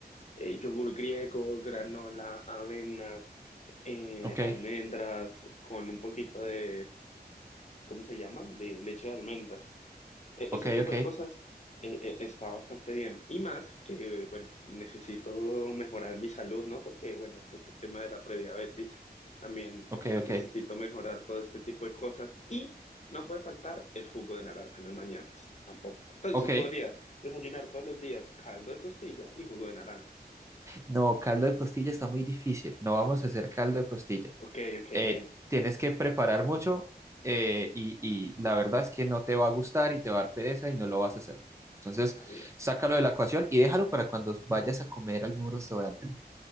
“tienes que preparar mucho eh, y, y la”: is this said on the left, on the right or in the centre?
Right